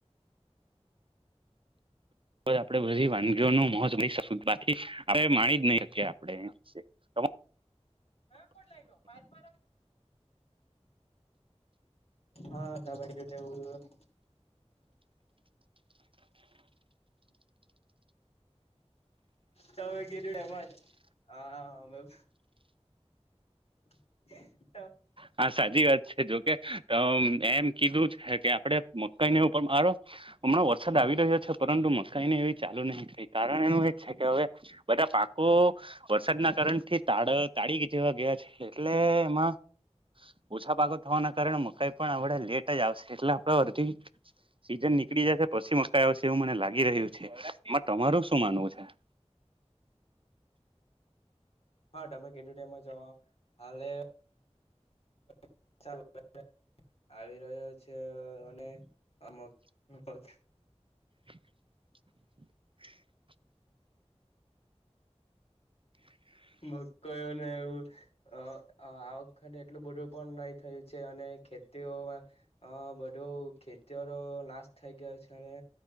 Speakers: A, on the right (about 50°); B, on the left (about 60°).
A: આપડે બધી વાનગીઓ નું મોજ બાકી આપણે માણી જ નહી શકીએ આપડે કમ
B: હા કોટ લાગપ માને હા ત ભાઈ જોટવું <unintelligible> હવે ગેલું એમાં જ હા <inaudible>
A: હા સાચી વાત. જોકે એમ કીધું છે કે આપડે મકઈની ઉપર મારો હમણાં વરસાદ આવે આવી રહ્યો છે પરંતુ મકાઈને એવી ચાલુ નહી થઈ કારણ એનું એજ છે કે હવે બધા પાકો વરસાદના કારણ થી તા તાળી જેવા ગયા છે એટલે એમાં ઓછા પાકોો થવાના કારણે મકાઈ પણ આપડે લેટ જ આવશે એટલે આપડા વરધ સીઝન નીકળી જશે પછી મકાઈ આવશે એવું મને લાગી રહ્યું છે એ તમારું શું માનવું છે. <inaudible>
B: હા તમે ગેટ ટાઈમાં જ હાલે. સ <unintelligible> આવી રહ્યો છે અને અમક <unintelligible>
A: <inaudible> <inaudible>
B: મ કયો ને એવું આ વખાતે એટલું બધું પણ નહી થયું છે અને <unintelligible> ખેતીઓમાં અ બધું ખેતીઓરો નાશ થઈ ગયો છે અને